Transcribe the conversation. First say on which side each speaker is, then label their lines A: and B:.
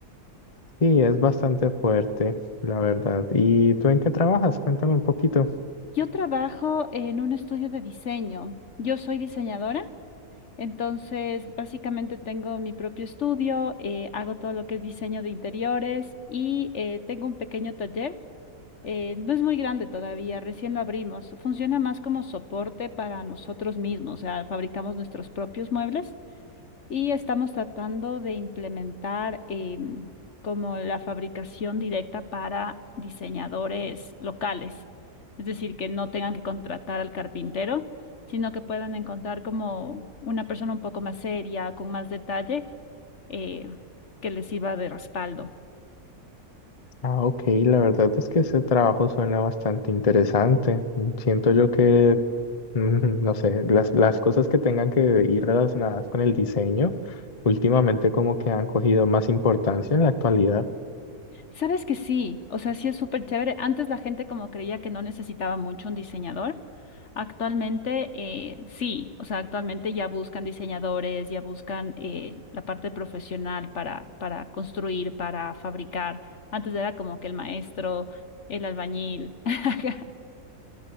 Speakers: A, on the left (about 30°); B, on the left (about 50°).
A: Sí, es bastante fuerte, la verdad. ¿Y tú en qué trabajas? Cuéntame un poquito.
B: Yo trabajo en un estudio de diseño. Yo soy diseñadora, entonces básicamente tengo mi propio estudio, eh, hago todo lo que es diseño de interiores y eh, tengo un pequeño taller. Eh, no es muy grande todavía, recién lo abrimos. Funciona más como soporte para nosotros mismos, o sea, fabricamos nuestros propios muebles. y estamos tratando de implementar em, como la fabricación directa para diseñadores locales, es decir, que no tengan que contratar al carpintero, sino que puedan encontrar como una persona un poco más seria, con más detalle, eh, que les sirva de respaldo.
A: Ah, ok, la verdad es que ese trabajo suena bastante interesante. Mm, Siento yo que, <laughs> mm, no sé, las, las cosas que tengan que ir relacionadas con el diseño, últimamente como que han cogido más importancia en la actualidad.
B: Sabes que sí, o sea, sí es súper chévere. Antes la gente como creía que no necesitaba mucho un diseñador. Actualmente eh, sí, o sea, actualmente ya buscan diseñadores, ya buscan eh, la parte profesional para, para construir, para fabricar. Antes era como que el maestro, el albañil. <laughs>